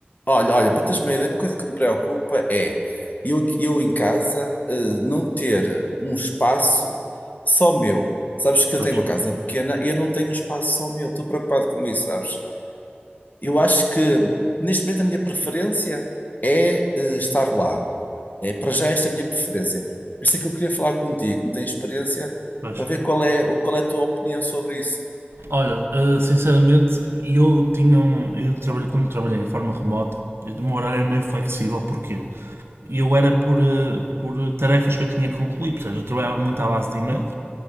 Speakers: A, on the left; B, on the right.
A: olha, olha, para teres uma ideia, uma coisa que me preocupa é eu, eu em casa eh, não ter um espaço só meu. Sabes que eu
B: Pois,
A: tenho uma casa pequena e eu não tenho um espaço só meu. Estou preocupado com isso, sabes? Eu acho que neste momento a minha preferência é eh, estar lá. É, para já esta é a minha preferência. Por isso é que eu queria falar contigo, me tens experiência,
B: pois.
A: para ver qual é, qual é a tua opinião sobre isso.
B: Olha, eh, sinceramente, eu tinha um, eu trabalho, quando trabalhei em forma remota, eu- o meu horário era meio flexível, porquê? eu era por, eh, por tarefas que eu tinha que concluir, portanto, eu trabalhava muito à base de e-mails